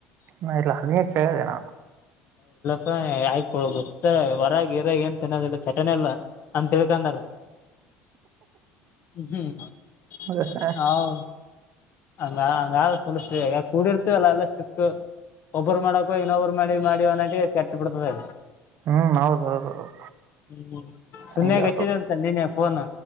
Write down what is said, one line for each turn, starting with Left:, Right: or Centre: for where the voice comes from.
Right: ನ ಲ ಚೆನ
Left: ಹ ಆಯ್ಕೊ ಗೊತ್ತ ಹೊರಗ ಇದದಾಗ ಏನ್ ತಿನ್ನೋದಿಲ್ಲ ಚಟನಿ ಎಲ್ಲ ಅಂತ ತಿಳ್ಕಂದಾರ ಹ
Right: ನಾನು
Left: ಹೌ ಹಂಗಫ ಕೂಡಿರ್ತ ಅಲ್ಲ ಎಲ್ಲ ಸಿಿಕ್ಕ ಒಬ್ಬರು ಮಾಡಕ ಇನ್ನೊಬ್ಬರು ಮಾಡಿ ಮಾಡಿ ಅನಟಿಗೆ ಕೆಟ್ಟ ಬಿಿಡ್ತದೆ
Right: ಹ್ಮ್ ಹೌದ್ ಹೌದ್ ಹೌದ್
Left: ಹ್ಮ್ ಸುನ್ಯಾಗ
Right: ಹಂಗೆ ಆತು
Left: ಹಚ್ಚಿದೆ ಅಂತ ನೀನ ಫೋನ್